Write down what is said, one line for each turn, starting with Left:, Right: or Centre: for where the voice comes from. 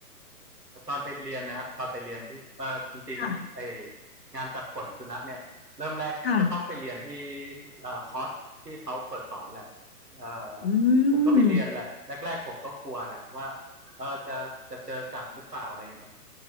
Right: แต่ตอนไปเรียนนะครับตอนไปเรียนที่เออจริงๆไอ
Left: ค่ะ
Right: งานตัดขนสุนัขเนี่ยเริ่มแรกก็ต้องไปเรียนที่
Left: ค่ะ
Right: เอ่อคอร์สที่เขาเปิดสอนแหละเอ่อ
Left: อื
Right: ผมก็ไปเรียนแหละแรกๆผมก็กลัวแหละว่า
Left: ม
Right: เออจะจะเจอกัดหรือเปล่าอะไรอย่างเงี้ย